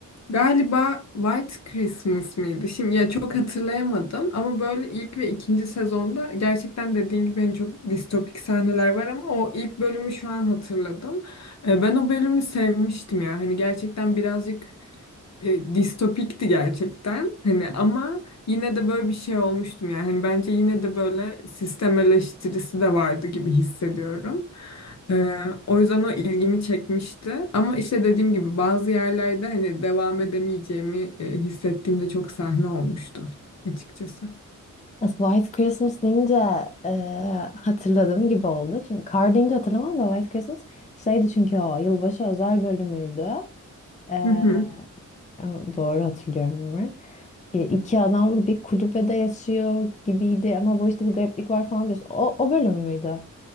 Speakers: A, on the left; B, on the left.
A: galiba White Christmas mıydı? Şimdi ya çok hatırlayamadım ama böyle ilk ve ikinci sezonda gerçekten dediğin gibi hani çok distopik sahneler var ama o ilk bölümü şu an hatırladım. Eee, ben o bölümü sevmiştim ya. Hani gerçekten birazcık e, distopikti gerçekten. Hani ama yine de böyle bir şey olmuştum yani. Hani bence yine de böyle sistem eleştirisi de vardı gibi hissediyorum. Ee, o yüzden o ilgimi çekmişti. Ama işte dediğim gibi bazı yerlerde hani devam edemeyeceğimi e, hissettiğimde çok sahne olmuştu açıkçası.
B: White Christmas deyince e, hatırladığım gibi oldu. Çünkü Kar deyince hatırlamam da White Christmas şeydi çünkü o yılbaşı özel bölümüydü. E,
A: Hı hı.
B: ama doğru hatırlıyorum bilmiyorum. E, iki adam bir kulübede yaşıyor gibiydi ama bu işte bir gariplik var falan diyorsun. O, o bölüm müydü?